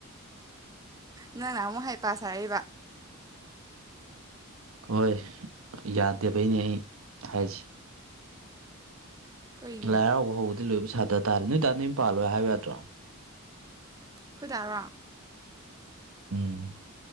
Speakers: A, on the right; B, on the right.
A: ꯅꯪ ꯅ ꯑꯃꯨꯛ ꯍꯩ ꯄꯥ ꯁꯥꯔꯛꯏꯕ
B: ꯍꯣꯏ ꯌꯥꯗꯦꯕꯩꯅꯦ ꯑꯩ ꯍꯥꯏꯁꯤ
A: ꯀꯩꯒꯤꯅꯣ
B: ꯂꯥꯏꯍꯔꯥꯎꯕ ꯍꯧꯕꯗꯤ ꯂꯣꯏꯕ ꯁꯥꯇ ꯇꯥꯔꯦ ꯅꯣꯏ ꯇꯥ ꯅꯌꯨꯝ ꯄꯥꯜꯂꯣꯏ ꯍꯥꯏꯌꯨ ꯌꯥꯗ꯭ꯔꯣ
A: ꯈꯣꯏꯗꯥꯔꯣ
B: ꯎꯝ